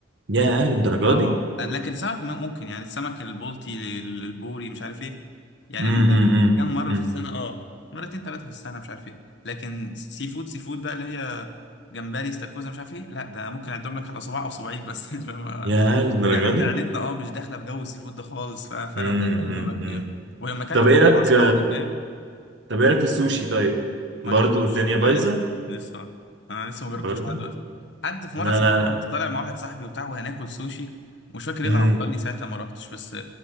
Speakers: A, on the right; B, on the left.
A: يا للدرجة
B: اه
A: دي
B: لكن سمك م- ممكن يعني السمك البلطي ال- البوري مش عارف ايه يعني
A: امم
B: مثلا
A: امم
B: كم مره
A: امم
B: في السنه اه مرتين ثلاثه في السنه مش عارف ايه لكن سي فود سي فود بقى اللي هي جمبري استاكوزا مش عارف ايه لا ده ممكن اعدهم لك على صباع او صباعين بس <laughs> مش فاهم
A: يا للدرجة
B: يعني احنا
A: دي
B: عيلتنا اه مش داخله في جو السي فود ده خالص ف- فانا
A: امم
B: قليل قوي ما باكله
A: امم
B: يعني ولما اكلته
A: طب ايه
B: كنت
A: رايك
B: مع اصحابي فاهم
A: طب ايه رايك في السوشي طيب برضو
B: ما اكلتوش
A: الدنيا
B: لا
A: بايظة
B: لسه لسه انا لسه ما
A: برضو
B: جربتوش لحد دلوقتي حد في مره
A: لا
B: صدقني
A: لا لا
B: كنت طالع مع واحد صاحبي وبتاع وهناكل سوشي ومش فاكر ايه
A: امم
B: اللي عطلني ساعتها ما رحتش بس